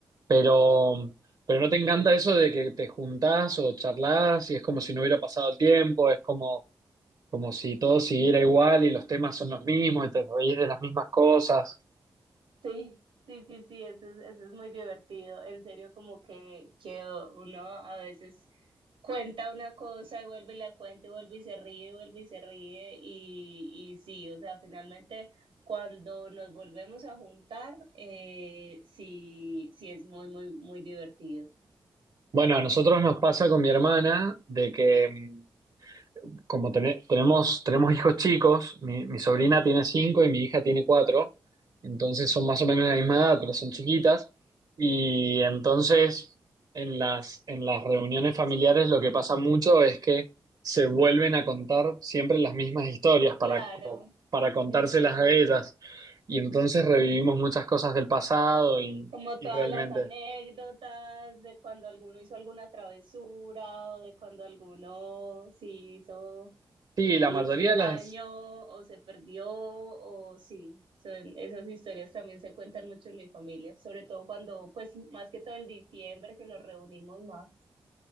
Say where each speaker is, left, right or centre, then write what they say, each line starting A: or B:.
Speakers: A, on the right; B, on the right.
A: pero, pero ¿no te encanta eso de que te juntás o charlás y es como si no hubiera pasado el tiempo? Es como como si todo siguiera igual y los temas son los mismos y te reís de las mismas cosas.
B: Sí, sí, sí, sí, eso es, eso es muy divertido. En serio, como que, que uno a veces cuenta una cosa y vuelve y la cuenta y vuelve y se ríe, y vuelve y se ríe. Y, y sí, o sea, finalmente cuando nos volvemos a juntar, eh, sí, sí es muy, muy, muy divertido.
A: Bueno, a nosotros nos pasa con mi hermana de que mm, como tene- tenemos, tenemos hijos chicos, mi, mi sobrina tiene cinco y mi hija tiene cuatro, entonces son más o menos de la misma edad, pero son chiquitas. Y entonces en las, en las reuniones familiares lo que pasa mucho es que se vuelven a contar siempre las mismas historias para,
B: Claro,
A: como, para contárselas
B: sí, sí, sí.
A: a ellas. Y entonces revivimos muchas cosas del pasado y,
B: Como todas
A: y realmente.
B: las anécdotas de cuando alguno hizo alguna travesura o de cuando alguno sí hizo
A: Sí, la
B: le
A: mayoría
B: hizo un
A: de
B: daño
A: las,
B: o se perdió o sí, son, esas historias también se cuentan mucho en mi familia, sobre todo cuando, pues más que todo en diciembre que nos reunimos más,